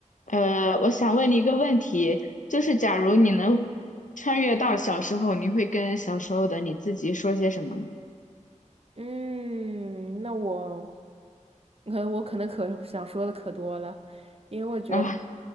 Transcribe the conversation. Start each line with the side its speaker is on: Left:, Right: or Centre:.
Left: 呃，我想问你一个问题，就是假如你能穿越到小时候，你会跟小时候的你自己说些什么呢？
Right: 嗯，那我，呃，我可能可想说的可多了，因为我觉得
Left: 啊，